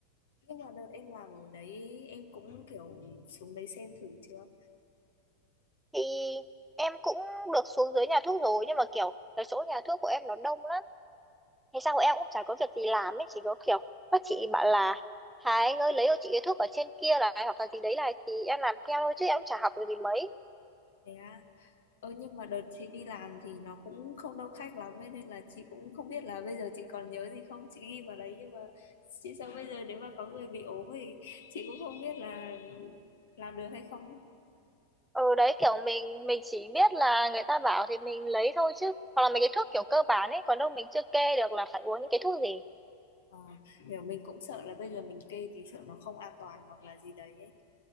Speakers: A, on the left; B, in the centre.
A: nhưng mà đợt em làm ở đấy em cũng kiểu xuống đấy xem thử chưa
B: Thì em cũng được xuống dưới nhà thuốc rồi nhưng mà kiểu cái chỗ nhà thuốc của em nó đông lắm. Thế sao em cũng chả có việc gì làm ấy, chỉ có kiểu các chị bảo là Hà anh ơi lấy cho chị cái thuốc ở trên kia này hoặc là gì đấy này thì em làm theo thôi chứ em cũng chả học được gì mấy.
A: thế à ơ nhưng mà đợt chị đi làm thì nó cũng không đông khách lắm ấy, nên là chị cũng không biết là bây giờ chị còn nhớ gì không chị ghi vào đấy nhưng mà chị sợ bây giờ nếu mà có người bị ốm thì chị cũng không biết là làm được hay không ấy.
B: ừ đấy kiểu mình mình chỉ biết là người ta bảo thì mình lấy thôi chứ hoặc là mấy cái thuốc kiểu cơ bản ấy còn đâu mình chưa kê được là phải uống những cái thuốc gì
A: Ờ, kiểu mình cũng sợ là bây giờ mình kê thì sợ nó không an toàn hoặc là gì đấy ấy.